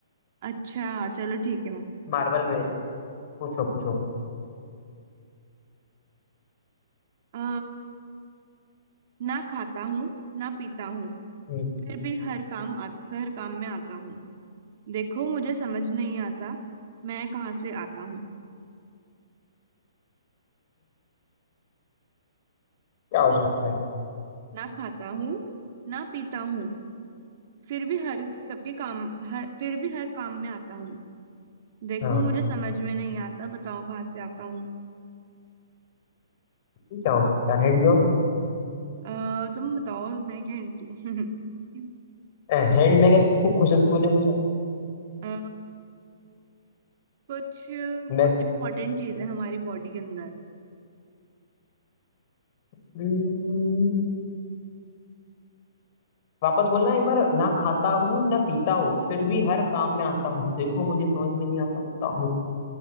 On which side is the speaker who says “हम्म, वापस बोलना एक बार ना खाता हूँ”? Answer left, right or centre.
Left